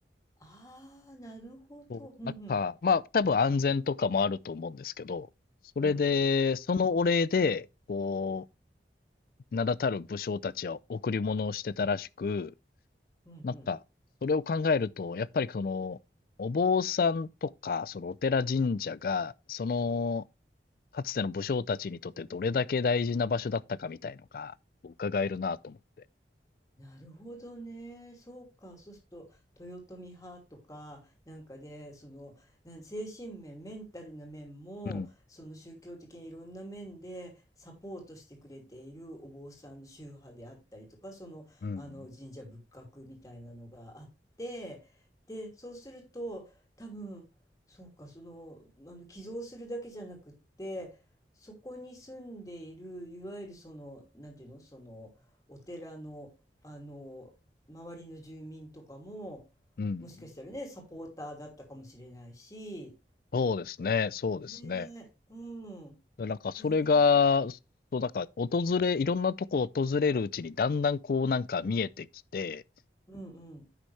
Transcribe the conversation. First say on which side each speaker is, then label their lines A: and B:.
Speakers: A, on the left; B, on the left.
A: ああ、なるほど。
B: こう、
A: うんうん。
B: なんか、まあ、多分安全とかもあると思うんですけど、それで、
A: うん。
B: そのお礼で、こう、名だたる武将たちは贈り物をしてたらしく、
A: うんうん。
B: なんか、それを考えると、やっぱりその、お坊さんとか、そのお寺神社が、その、かつての武将たちにとってどれだけ大事な場所だったかみたいのが、伺えるなと思って。
A: なるほどね。そうか。そうすると、豊臣派とか、なんかで、その、なん精神面、メンタルな面も、
B: うん。
A: その宗教的にいろんな面でサポートしてくれているお坊さんの宗派であったりとか、その、
B: うん。
A: あの、神社仏閣みたいなのがあって、で、そうすると、多分、そうか、その、あの、寄贈するだけじゃなくって、そこに住んでいる、いわゆるその、なんていうの、その、お寺の、あの周りの住民とかも
B: うん。
A: もしかしたらねサポーターだったかもしれないし
B: そうですね、そうですね。
A: ねえうん
B: で、なんかそれが、
A: へえ
B: そう、なんか訪れいろんなとこ訪れるうちにだんだんこうなんか見えてきて、
A: うんうん